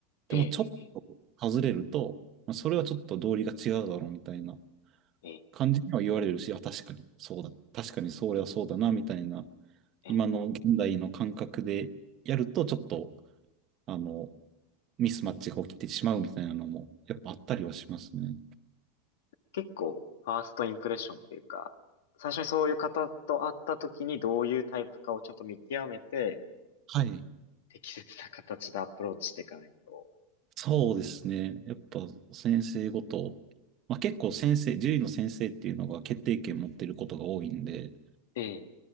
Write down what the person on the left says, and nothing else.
ええ、
ええ、
ええ。
結構、ファーストインプレッションっていうか、最初にそういう方と会った時にどういうタイプかをちゃんと見極めて、
適切な形でアプローチしていかないと。
ええ、